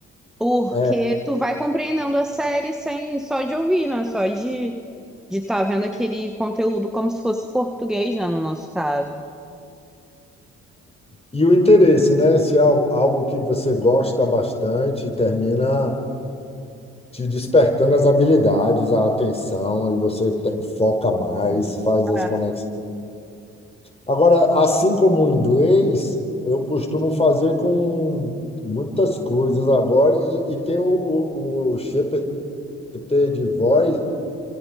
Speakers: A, in the centre; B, on the left.
A: porque
B: é,
A: tu vai compreendendo a série sem só de ouvir, né? Só de de estar vendo aquele conteúdo como se fosse português, né? No nosso caso.
B: E o interesse, né? Se é algo, algo que você gosta bastante, termina. te despertando as habilidades, a atenção, e você te- foca mais, faz as
A: Ah,
B: conexões. Agora, assim como o inglês, eu costumo fazer com muitas coisas agora, e, e tem o, o, o GPT de voz,